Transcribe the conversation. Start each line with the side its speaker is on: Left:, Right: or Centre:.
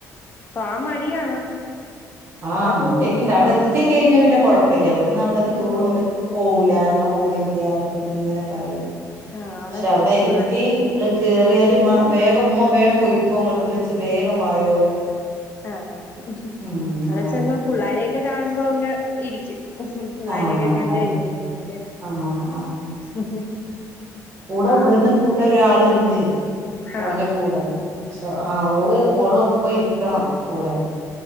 Left: പോവാൻ മടിയാണോ
Right: ആഹ്
Left: അത് പോവോ
Right: മടീക്കെ ണ്ട് അവിടെ
Left: ഉം
Right: എത്തിക്കഴിഞ്ഞാ പിന്നെ കൊഴപ്പല്ല. ഇവിടന്ന് അവിടെത്തോളും
Left: ഉം ഉം
Right: വെ പോഊല ഞാൻ പോണില്ല പറഞ്ഞിട്ട് ഇങ്ങനെ പറയും.
Left: ആഹ്
Right: ക്ഷെ അവിടെ
Left: പുള്ള
Right: എത്തി ള്ള് കേറിയാല് ഇമ്മ വേഗം ഉമ്മ വേഗം പൊയ്ക്കോ അങ്ങോട്ട് ഉമ്മച്ചി വേഗം വായോ പറയും
Left: ആഹ് അ
Right: ഉം
Left: അവിടെ
Right: അങ്ങനൊക്കെ
Left: ചെന്ന് പുള്ളാരെക്കെ കാണുമ്പോ അങ്ങ് ഇരിക്കും പുള്ളാരെക്കെ
Right: ആഹ്
Left: കണ്ട് കഴിയുമ്പോന്നു അല്ലെ
Right: ആഹ്
Left: അങ്ങനെ
Right: കൂട
Left: ആഹ്
Right: ഇവിടുന്ന് കൂടെ ഒരാള്ണ്ട്
Left: ആഹ്
Right: ഓന്റെ കൂടപക്ഷെ ആഹ് ഓള് ഓള ഒപ്പം ഇരിക്കണം കൂടെ